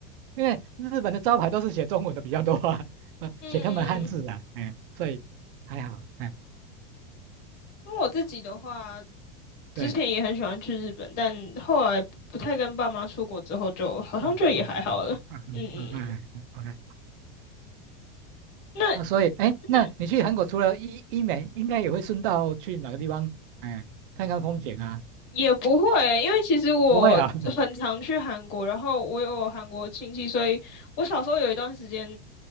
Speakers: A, on the right; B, on the left.
A: 因为日本的招牌都是写中文的比较多啊，呃写他们汉字啊，
B: 嗯嗯，
A: 嗯，所以还好，嗯，
B: 因为我自己的话。之前也很喜欢去日本，
A: 对，
B: 但后来不太跟爸妈出国之后就，
A: 嗯
B: 好像就也还好了。
A: 嗯嗯嗯嗯嗯嗯嗯，OK，
B: 嗯嗯，嗯那
A: 啊，所以哎，
B: 嗯
A: 那你去韩国除了医医美，应该也会顺道去哪个地方，哎，看看风景啊？
B: 也不会，因为其实我很常去韩国，
A: 不会啊，<laughs>
B: 然后我有韩国亲戚，所以我小时候有一段时间